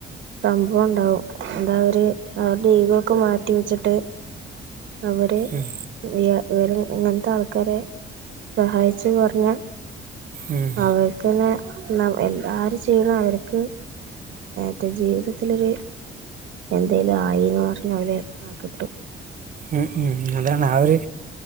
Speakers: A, on the right; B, on the right.
A: സംഭവം ഉണ്ടാവും അതവര് അതിനൊക്കെ മാറ്റിവെച്ചിട്ട് അവര്
B: ഉം,
A: ഈ ഇവർ ഇങ്ങനത്തെ ആൾക്കാരെ സഹായിച്ചു പറഞ്ഞാ
B: ഉം,
A: അവർക്ക് തന്നെ നാ എല്ലാരും ചെയ്യണം അവർക്ക് മറ്റേ ജീവിതം ത്തിലൊരു എന്തെലും ആയിന്ന് പറഞ്ഞാൽ അവരെ ആ കിട്ടും
B: ഉ ഉം അതാണ് ആ ഒരു